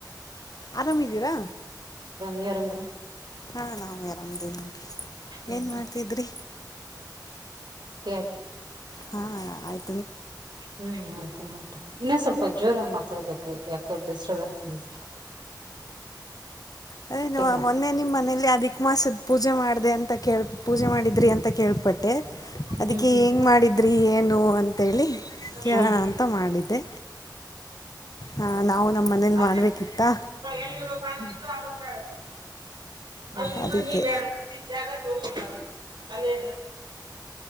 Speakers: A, on the left (about 55°); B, on the right (about 70°).
A: ಆರಾಮಿದೀರಾ
B: ನೀವ್ ಆರಾಮ್ದ್ರ
A: ಹಾ ನಾವ ಆರಾಮೀ ನಿ
B: ನೋಡ್ರಿ
A: ಏನ್ ಮಾಡ್ತಿದ್ರಿ
B: ತ
A: ಹಾ ಆಯ್ತು
B: ಹ್ಮ್ ಹ ಟ ಇನ್ನೇ ಸ್ವಲ್ಪ ಜೋರಾಗಿ ಮಾತಾಡ್ಬೇಕು ಯಾಕ ಡಿಸ್ಟರ್ಬೆನ್ಸ್ ಅನ್ಸೆ
A: ಅದೇನು
B: ಮಾತ
A: ಮೊನ್ನೆ ನಿಮ್ಮ್ ಮನೇಲಿ ಅಧಿಕ ಮಾಸದ ಪೂಜೆ ಮಾಡಿದೆ ಅಂತ ಕಳ್ ಪೂಜೆ ಮಾಡಿದ್ರಿ ಅಂತ ಕೇಳ್ಪಟ್ಟೆ ಅದಕ್ಕೆ
B: ಹ್ಮ್ ಹ್ಮ್
A: ಹೆಂ ಮಾಡಿದ್ರಿ ಏನು ಅಂತೇಳಿ ಕೇಳೋಣ
B: ಹ್ಮ್
A: ಅಂತ ಮಾಡಿದೆೆ ಹಾ ನಾವು ನಮ್ಮ ಮನೇಲಿ
B: ಅ
A: ಮಾಡಬೇಕಿತ್ತಾ
B: ಎಲ್ಲಿ ಊಟ ಅ ಅ
A: ಅದಕ್ಕೆ
B: ನೀ ಬೇ ಜಾಗ ಅಲೋ